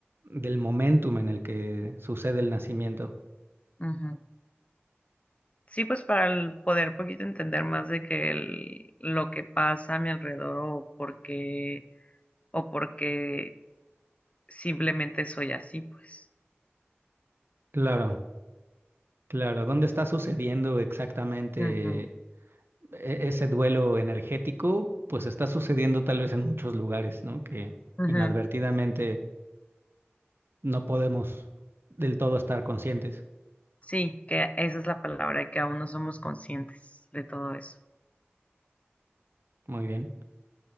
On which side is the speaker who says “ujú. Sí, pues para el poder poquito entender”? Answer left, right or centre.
Left